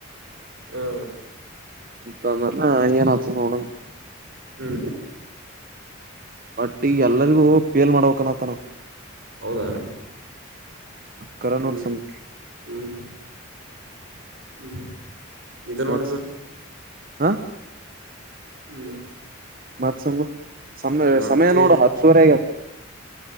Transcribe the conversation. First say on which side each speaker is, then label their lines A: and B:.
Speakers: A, on the right (about 60°); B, on the right (about 45°).
A: ಹ್ಮ್
B: ಅಂತ ಅಂದನಾ ಏನ ಆತದ ನೋಡನು
A: ಹ್ಮ್
B: ಬಟ್ ಈಗ ಎಲ್ಲರಿಗೂ ಪೇಲ ಮಾಡಬೇಕ ಅನ್ನತಾನವ
A: ಹೌದಾ
B: ಕರ
A: ಹ್ಮ್
B: ನೋಡ್ ಸಂಗು
A: ಹ್ಮ್ ಹ್ಮ್ ಹ್ಮ್ ಇದ
B: ಮತ್
A: ನೋಡ ಇದು
B: ಹಾ
A: ಹ್ಮ್
B: ಮತ್ ಸಂಗು ಸಮ
A: ಮತ್ತೆ
B: ಸಮಯ ನೋಡು ಹತ್ತುವರಿ ಆಗ್ಯಾದಾ